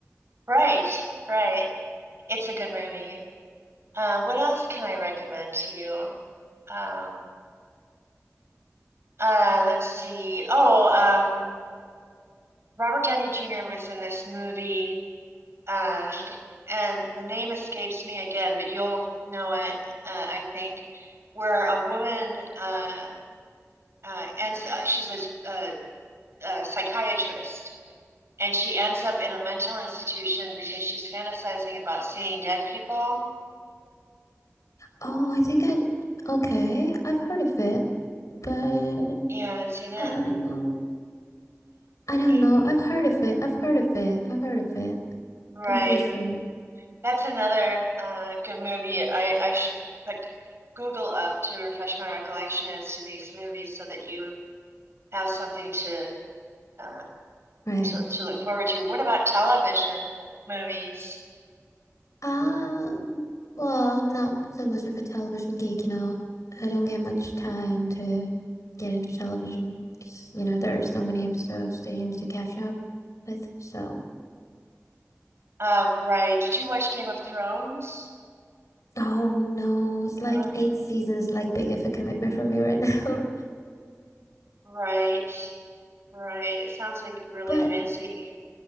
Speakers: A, on the right; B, on the left.
A: Right, right. It's a good movie. Uh, what else can I recommend to you? Um, uh, let's see. Oh, um, Robert Downey Jr. was in this movie, uh, and the name escapes me again, but you'll know it, uh, I think, where a woman uh, uh, ends, uh, she's a, a, a psychiatrist And she ends up in a mental institution because she's fantasizing about seeing dead people.
B: Oh, I think I'd. Okay, I've heard of it, but I
A: You haven't seen it?
B: don't know. I don't
A: Yeah. <laughs>
B: know. I've heard of it. I've heard of it. I've heard of it.
A: Right.
B: I'm pretty sure.
A: That's another uh, good movie. I, I should put Google up to refresh my recollection as to these movies so that you have something to uh,
B: Right.
A: to, to look forward to. What about television movies?
B: Um, well, I'm not so much of a television geek, you know. I don't get much time to get into television because, you know, there are so many episodes that you need to catch up with. So,
A: Uh, right. Did you watch Game of Thrones?
B: oh no, it's like
A: Oh,
B: eight seasons, like big of a commitment for me right <laughs> now.
A: right. Right. It sounds like you're really
B: But
A: busy.